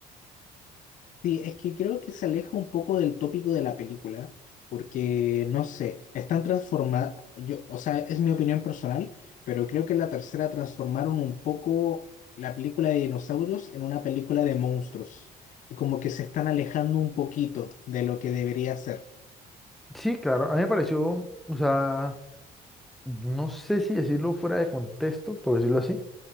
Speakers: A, on the left; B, in the centre.
A: Sí, es que creo que se aleja un poco del tópico de la película, porque no sé, están transformadas, yo, o sea, es mi opinión personal, pero creo que en la tercera transformaron un poco la película de dinosaurios en una película de monstruos, y como que se están alejando un poquito de lo que debería ser,
B: Sí, claro, a mí me pareció, o sea, no sé si decirlo fuera de contexto, por decirlo así,